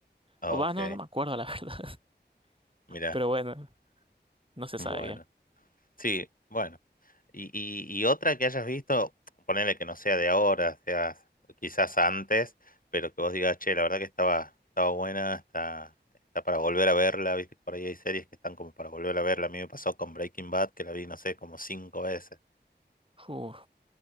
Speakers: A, on the left; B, on the right.
A: ok,
B: O va, no, no me acuerdo la <laughs> verdad.
A: mira,
B: Pero bueno, no se sabe
A: bueno,
B: bien.
A: sí, bueno. Y, y- y otra que hayas visto, ponele que no sea de ahora, sea quizás antes, pero que vos digas, che, la verdad que estaba, estaba buena, está, está para volver a verla, viste, por ahí hay series que están como para volver a verla. A mí me pasó con Breaking Bad, que la vi, no sé, como cinco veces.
B: Uf,